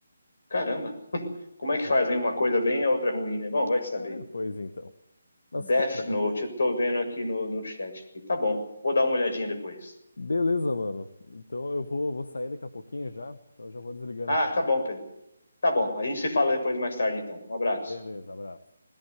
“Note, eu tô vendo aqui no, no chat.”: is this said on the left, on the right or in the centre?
Left